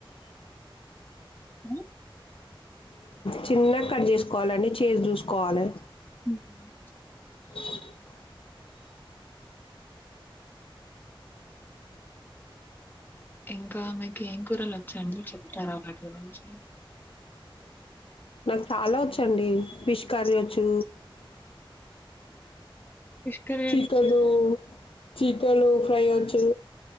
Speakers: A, on the left; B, on the left.
A: హా
B: చిన్నగ కట్ చేసుకోవాలండి కేజ్ చూసుకోవాలే
A: ఉమ్.
B: <inaudible>
A: ఇంకా మీకు ఏం కూరలు వచ్చండి చెప్తారా వాటి గురించి?
B: నాకు చాలా వచ్చు అండి ఫిష్ కర్రీ వచ్చూ
A: fish curry
B: chicken chicken fry వచ్చు,